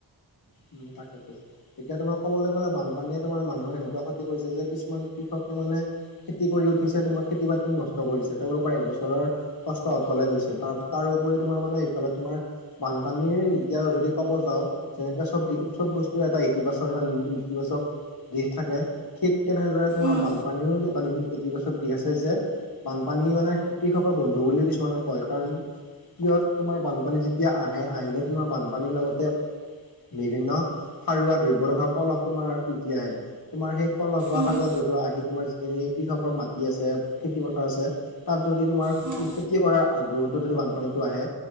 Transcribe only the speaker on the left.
উম তাকেতো এতিয়া তোমাৰ কবলৈ গ'লে বানপানীয়ে তোমাৰ মানুহে এনেকোৱা ক্ষতি কৰিছে যে কিছুমান কৃষক। কে মানে খেতি কৰি উঠিছে তোমাৰ খেতি বাতি নষ্ট কৰিছে তেওঁলোকৰ একবছৰৰ কষ্ট অথলে গৈছ ছে তা তাৰ উপৰি তোমাৰ ইফালে তোমাৰ বানপানীৰ এতিয়া যদি কব যাও তেনেকে চব চব বস্তুৱে এটা ইতিবাচক এটা ইতিবাচক। দিশ থাকে ঠিক তেনেদৰে তোমাৰ
বানপানীও এটা ইতিবাচক দিশ আছে যে বানপানী মানে কৃষকৰ বন্ধু বুলিও কিছুমানে কয় কাৰণ কিয়ত তোমাৰ বানপানী যেতিয়া আহে আহিলে তোমাৰ বানপানীৰ লগতে বিভিন্ন সাৰুৱা দ্ৰব্য থকা পলস তোমাৰ উটি আহে তোমাৰ সেই পলস বা
সাৰুৱা দ্ৰব্য তোমাৰ যিখিনি কৃষকৰ মাটি আছে খেতি পথাৰ আছে তাত যদি তোমাৰ
খেতি কৰা বহুতো যদি বানপানীটো আহে